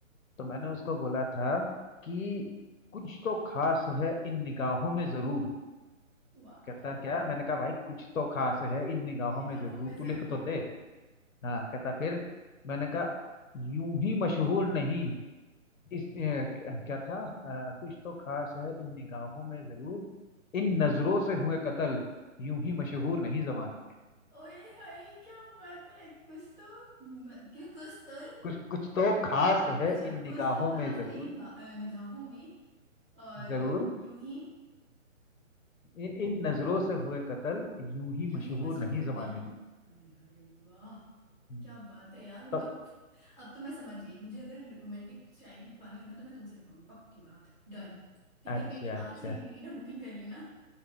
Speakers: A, on the left; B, in the centre.
A: तो मैंने उसको बोला था कि कुछ तो खास है इन निगाहों में जरूर
B: वाह
A: कहता क्या मैंने कहा भाई कुछ तो खास है इन निगाहों
B: निगाहों
A: में जरूर
B: में जरूर
A: तू लिख तो दे हाँ कहता फिर मैंने कहा यूं ही मशहूर नहीं इस अ, क्या क्या था अ, कुछ तो खास है इन निगाहों में जरूर इन नजरों से हुए कत्ल यूं ही मशहूर नहीं जमाने में
B: ओए हाय क्या बात है कुछ तो म- क्यों कुछ तो
A: कुछ कुछ तो खास
B: बात
A: है
B: अच्छा
A: इन निगाहों
B: कुछ तो खास
A: में जरूर
B: है इन बा- अ, निगाहों में और
A: जरूर
B: यूं ही
A: इन इन नजरों से हुए कत्ल यूं ही
B: यूं
A: मशहूर
B: ही मशहूर
A: नहीं
B: नहीं
A: जमाने में
B: हाय हाय वाह
A: हम्म,
B: क्या बात है यार मतलब
A: तो
B: अब तो मैं समझ गई मुझे अगर रोमांटिक शायरी लिखवानी हो ना तो मैं तुमसे लिखवाऊंगी पक्की बात डन ठीक
A: अच्छा
B: है मेरी
A: अच्छा
B: आज ही की मेरी ना बुकिंग कर लेना